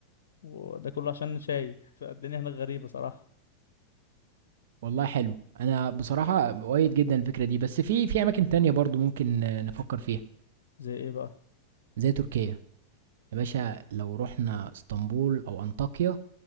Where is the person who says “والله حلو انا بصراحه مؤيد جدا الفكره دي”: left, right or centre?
Right